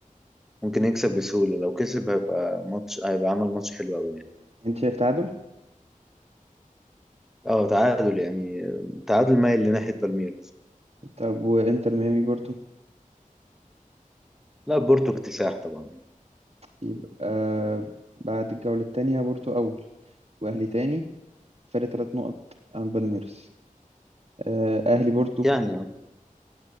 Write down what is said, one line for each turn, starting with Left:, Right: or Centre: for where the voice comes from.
Centre: ممكن يكسب بسهولة لو كسب هيبقى ماتش هيبقى عمل ماتش حلو قوي يعني
Right: انت شايف تعادل
Centre: اه تعادل يعني تعادل مايل لناحية بالميراس
Right: طب وانتر ميامي بورتو
Centre: لا بورتو اكتساح طبعا
Right: يبقى بعد الجوله الثانيه بورتو اول واهلي تاني فرق ثلاث نقط عن بالميراس آه، اهلي بورتو
Centre: يعني يعني.